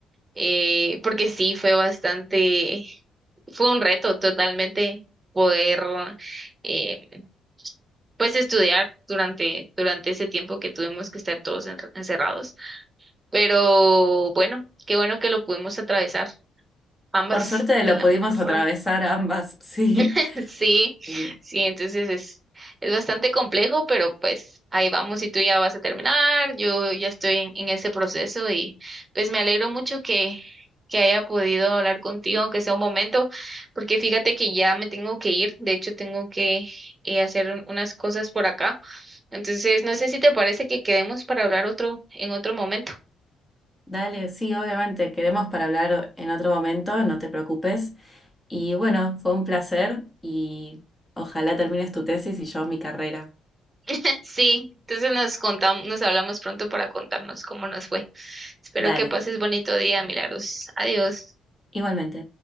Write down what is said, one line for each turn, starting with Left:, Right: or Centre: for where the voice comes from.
Right: eh, porque sí, fue bastante, fue un reto totalmente poder eh, pues estudiar durante, durante ese tiempo que tuvimos que estar todos enr- encerrados. Pero bueno, qué bueno que lo pudimos atravesar ambas
Left: Por suerte
Right: de
Left: lo
Right: la
Left: pudimos
Right: mejor forma.
Left: atravesar ambas, <laughs> sí.
Right: <laughs> Sí,
Left: Sí.
Right: sí, entonces es, es bastante complejo, pero pues ahí vamos y tú ya vas a terminar, yo ya estoy en, en ese proceso y pues me alegro mucho que, que haya podido hablar contigo, aunque sea un momento, porque fíjate que ya me tengo que ir, de hecho tengo que eh, hacer un- unas cosas por acá, entonces no sé si te parece que quedemos para hablar otro en otro momento.
Left: Dale, sí, obviamente, quedemos para hablar en otro momento, no te preocupes. Y bueno, fue un placer y ojalá termines tu tesis y yo mi carrera.
Right: <laughs> Sí, entonces nos contamos, nos hablamos pronto para contarnos cómo nos fue. Espero
Left: Dale.
Right: que pases bonito día, Milagros. Adiós.
Left: Igualmente.